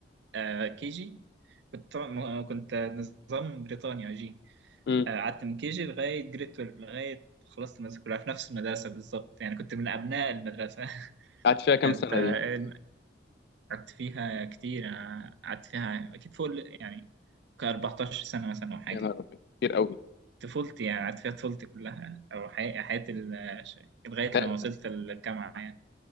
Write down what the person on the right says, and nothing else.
آه، كي جي كنت طبعاً- م- كنت نظام بريطانيا جي
آه، قعدت من كي جي لغاية جريد 12 لغاية خلصت المدرسة كلها في نفس المدرسة بالظبط يعني كنت من أبناء المدرسة <laughs>
كانت
آه،
قعدت فيها كتير أنا قعدت فيها أكيد فوق ال- يعني ك 14 سنة مثلا أو حاجة
طفولتي يعني قعدت فيها طفولتي كلها او حي- حياتي ال- ش- لغايه
لما وصلت الجامعه يعني